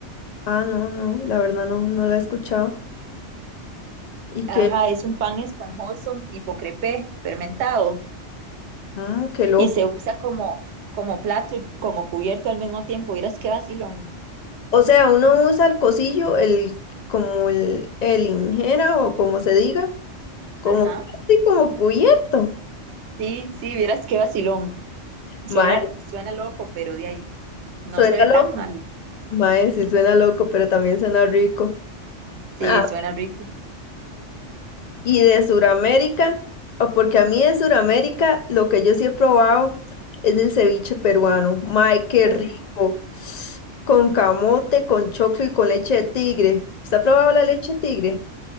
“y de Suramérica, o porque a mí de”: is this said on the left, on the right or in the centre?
Left